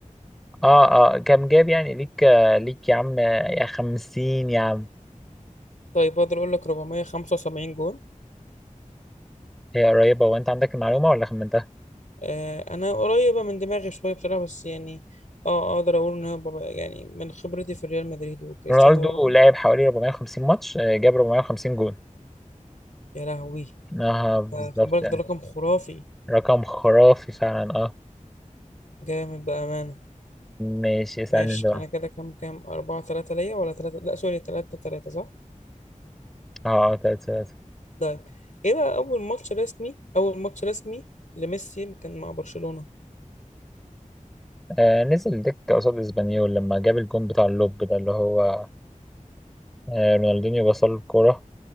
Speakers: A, in the centre; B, on the left (about 65°).
A: اه اه كام جاب يعني ليك آه، ليك يا عم آه، يا خمسين يا عم
B: طيب اقدر اقول لك 475 جون
A: هي قريبة وانت عندك المعلومة ولا خمنتها
B: آه. انا قريبه من دماغي شويه بصراحه بس يعني اه اقدر اقول ان هو بابا- يعني من خبرتي في ريال مدريد وكريستيانو
A: رونالدو
B: رونالدو
A: لعب حوالي 450 ماتش آه، جاب 450 جون
B: يا لهوي
A: اه بالظبط
B: ده خد بالك
A: يعني
B: ده رقم خرافي
A: رقم خرافي فعلا اه
B: جامد بأمانة
A: ماشي اسألني
B: ماشي
A: ده
B: انا كده كام كام أربعة تلاتة ليا ولا تلاتة لا سوري تلاتة تلاتة صح
A: اه اه تلاتة تلاتة
B: طيب ايه بقى اول ماتش رسمي اول ماتش رسمي لميسي كان مع برشلونة
A: آه نزل دكة قصاد اسبانيول لما جاب الجون بتاع اللوب ده اللي هو آه رونالدينيو بصل له الكورة